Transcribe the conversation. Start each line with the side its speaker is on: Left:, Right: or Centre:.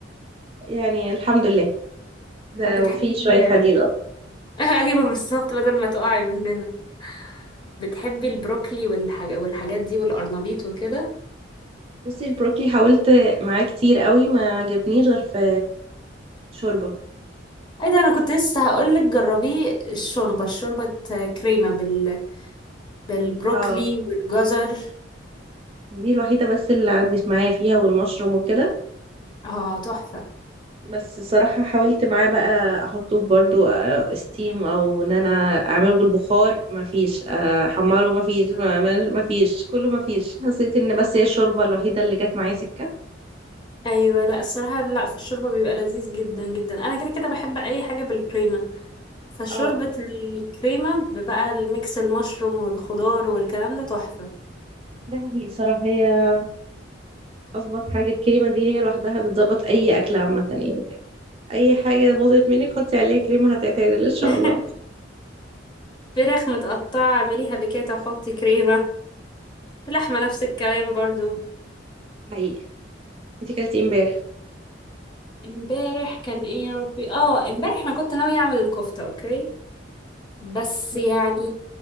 Right: يعني الحمد لله ده
Left: طب بتحبي
Right: في
Left: ال
Right: شوية حديد اه
Left: <laughs> ايوه بالظبط بدل ما تقعي مننا بتحبي البروكلي والحاج... والحاجات دي والقرنبيط وكده
Right: بصي البروكلي حاولت معاه كتير قوي ما عجبنيش غير في شوربة
Left: ايه ده انا كنت لسه هقولك جربيه الشوربة الشوربة كريمة بال... بالبروكلي
Right: اه
Left: والجزر
Right: دي الوحيدة بس اللي عدت معايا فيها والمشروم وكده
Left: اه تحفة
Right: بس صراحة حاولت معاه بقى احطه في برضو ستيم او ان انا اعمله بالبخار مفيش آه، احمره مفيش ما- ما- مفيش كله مفيش حسيت ان بس هي الشوربة الوحيدة اللي جت معايا سكة
Left: ايوه لا الصراحه لا في الشوربه بيبقى لذيذ جدا جدا انا كده كده بحب اي حاجه بالكريمه فشوربه
Right: اه
Left: الكريمه بقى الميكس المشروم والخضار والكلام ده تحفه
Right: ده حقيقي صراحة هي اظبط حاجة الكريمة دي هي لوحدها بتظبط اي اكل عامة يعني كده اي حاجة باظت منك حطي عليها كريمة هتعتدل ان شاء
Left: <laughs>
Right: الله
Left: فراخ متقطعه اعمليها بكده وحطي كريمه لحمه نفس الكلام برضو
Right: حقيقي انتي كلتي امبارح
Left: امبارح كان ايه يا ربي اه امبارح انا كنت ناويه اعمل الكفته اوكي بس
Right: تمام.
Left: يعني